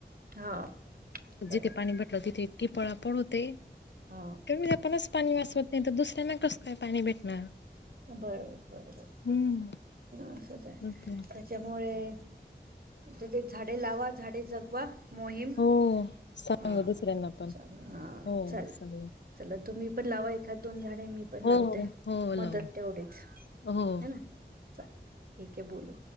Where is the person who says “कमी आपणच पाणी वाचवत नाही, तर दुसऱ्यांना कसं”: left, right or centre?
Left